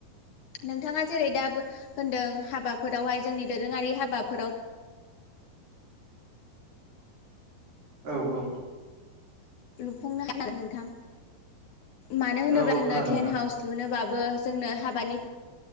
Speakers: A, on the left (about 60°); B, on the right (about 85°).
A: नोंथाङा जेरै दा बो होनदों हाबाफोरावहाय जोंनि दोरोङारि हाबाफोराव
B: औ औ।
A: लुफुंनो हागोन नोंथां। मानो होनोब्ला
B: औ औ
A: जोंनो
B: खोनादों
A: टेन्ट
B: नोंथां।
A: हाउस लुनोबाबो जोंनो हाबानि